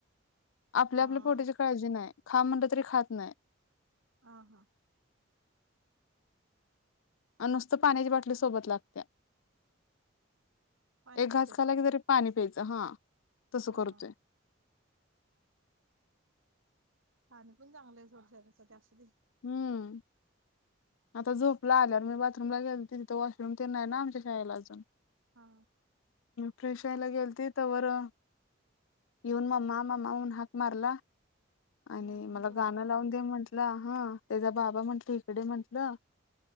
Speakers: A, on the left; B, on the right.
A: आपल्या
B: हा
A: आपल्या पोटीची काळजी नाही खा म्हणलं तरी खात नाही
B: ह हा
A: अ नुसतं पाण्याच्या बाॉटली सोबत लागत्या
B: पाणी
A: एक
B: पितोय
A: घास खाला की तरी पाणी प्यायचं हा तसं
B: हा
A: करतोय
B: पाणी पण चांगलं आहे सोड शरीरा साठी असुदे
A: हम्म आता झोपला आल्यावर मी बाथरूमला गेलो तिथे तर वॉशरूम तेण नाही ना आमच्या शाळेला अजून
B: हा
A: फ्रेश यायला गेल त तर व येऊन म्मा ममा ऊन हाक मारला आणि
B: बर
A: मला
B: झोपला
A: गाणं लावून दे म्हण ला हा त्याचा बाबा म्हटलं इकडे म्हंटलं